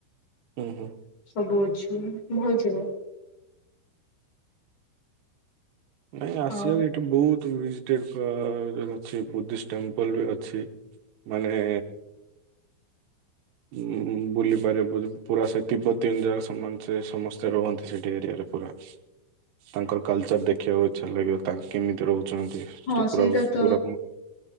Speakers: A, on the right (about 70°); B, on the left (about 40°).
A: ହୁଁ ହୁଁ।
B: ସବୁ ଅଛି ଭଲ ଥିବ।
A: ନାଇଁ ଆସିବାକୁ
B: ଆଉ
A: ଏଇଠି ବହୁତ ଭିଜିଟେଡ ଅ ଅଛି ବୁଦ୍ଧିଷ୍ଟ ଟେମ୍ପଲ ବି ଅଛି। ମାନେ ଉ ବୁଲି ପାରିବ ପ ପୁରା ସେ ତିବାତ୍ତୀୟାନ ଯାକ ସମାନ ସେ ସମସ୍ତେ ରୁହନ୍ତି ସେଠି ଏରିଆରେ ପୁରା। ତାଙ୍କର କଲଚର ଦେଖିବାକୁ ଇଚ୍ଛା ଲାଗିବ ତାଙ୍କ କେମିତି ରହୁଚନ୍ତି। ସେଟା
B: ହଁ
A: ପୁରା
B: ସେଇଟା ତ
A: ପୁରା